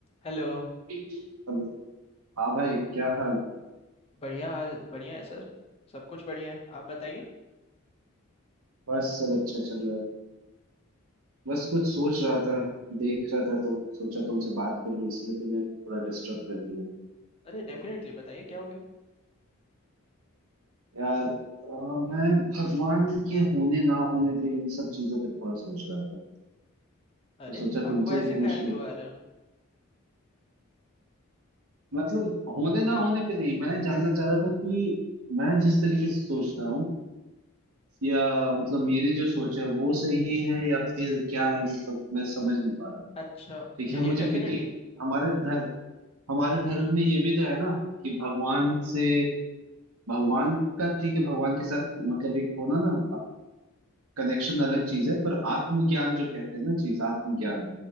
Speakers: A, on the left (about 25°); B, on the right (about 90°).
A: Hello
B: हेलो हाँ भाई क्या हाल
A: बढ़िया हाल बढ़िया है सर सब कुछ बढ़िया है आप बताइए
B: बस सब अच्छा चल रहा है बस कुछ सोच रहा था देख रहा था तो सोचा तुमसे बात कर लूं इसलिए तो मैं थोड़ा डिस्टर्ब कर लिया
A: अरे डेफिनेटली बताइए क्या हो गया
B: यार अ, मैं भगवान के होने ना होने पे इन सब चीजों पे थोड़ा सोच रहा था
A: अरे
B: तो सोचा तुमसे
A: आपको ऐसे
B: ही पूछ
A: ख्याल
B: लूं
A: क्यों आ रहे हैं
B: मतलब होने ना होने पे नहीं मैं जानना चाह रहा था कि मैं जिस तरीके से सोचता हूँ या मतलब मेरी जो सोच है वो सही है या फिर क्या है मतलब मैं समझ नहीं पा रहा
A: अच्छा
B: ठीक है
A: चलिए
B: मुझे
A: डेफिनेटली
B: क्योंकि हमारे धर्म हमारे धर्म में ये भी तो है ना कि भगवान से भगवान का ठीक है भगवान के साथ मतलब एक होना ना कनेक्शन अलग चीज है पर आत्मज्ञान जो कहते हैं ना चीज आत्मज्ञान